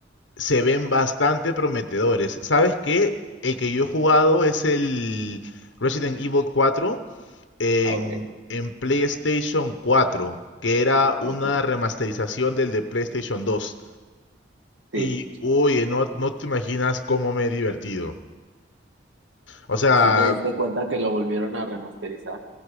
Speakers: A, on the left; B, on the right.
A: se ven bastante prometedores. ¿Sabes qué? El que yo he jugado es el Resident Evil cuatro en
B: Ah, ok,
A: en PlayStation cuatro que era una
B: Ah, ok.
A: remasterización del de PlayStation dos
B: Sí.
A: Y, uy, no, no te imaginas cómo me he divertido. O sea,
B: ¿Sí te diste cuenta que lo volvieron a remasterizar?